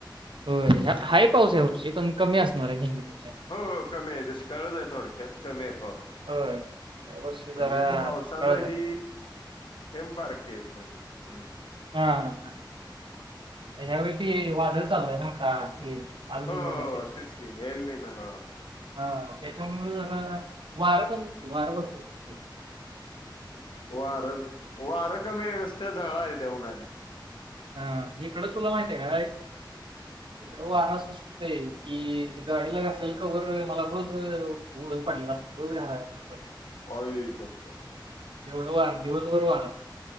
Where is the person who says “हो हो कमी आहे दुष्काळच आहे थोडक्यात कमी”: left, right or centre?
Left